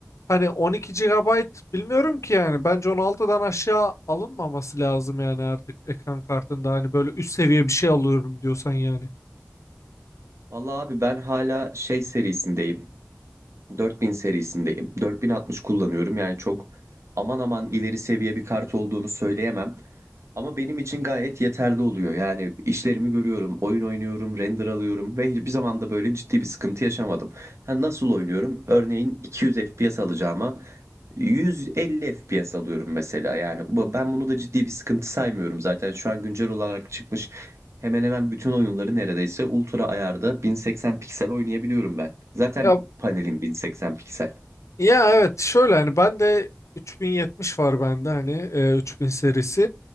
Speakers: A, on the left (about 80°); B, on the right (about 70°).
A: hani 12 gigabayt bilmiyorum ki yani bence 16'dan aşağı alınmaması lazım yani artık ekran kartında hani böyle üst seviye bir şey alıyorum diyorsan yani.
B: Vallahi abi ben hala şey serisindeyim. 4000 serisindeyim. 4060 kullanıyorum. Yani çok aman aman ileri seviye bir kart olduğunu söyleyemem. Ama benim için gayet yeterli oluyor. Yani işlerimi görüyorum, oyun oynuyorum, render alıyorum ve hiçbir zaman da böyle ciddi bir sıkıntı yaşamadım. Ha, nasıl oynuyorum? Örneğin 200 FPS alacağıma 150 FPS alıyorum mesela. Yani bu- ben bunu da ciddi bir sıkıntı saymıyorum zaten. Şu an güncel olarak çıkmış Hemen hemen bütün oyunları neredeyse ultra ayarda 1080 piksel oynayabiliyorum ben. Zaten
A: Ya
B: panelim 1080 piksel.
A: ya evet şöyle hani ben de 3070 var bende hani e, 3000 serisi.